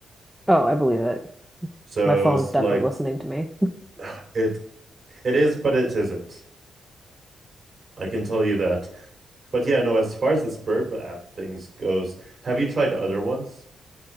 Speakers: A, in the centre; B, on the right (about 40°).
A: Oh, I believe it.
B: So
A: My phone's
B: it's
A: definitely
B: like
A: listening to me.
B: <sighs> it it is, but it isn't. I can tell you that. But yeah, no, as far as the Spurb app things goes, have you tried other ones?